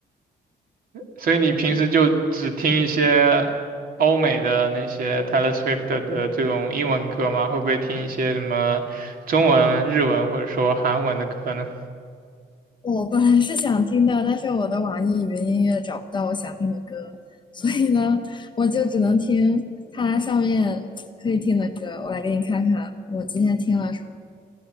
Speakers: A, on the right; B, on the left.
A: 所以你平时就只听一些欧美的那些 Taylor Swift 的这种英文歌吗？会不会听一些什么中文、日文或者说韩文的歌呢？
B: 我本来是想听的，但是我的网易云音乐找不到我想听的歌，所以呢，我就只能听它上面可以听的歌。我来给你看看，我今天听了什么，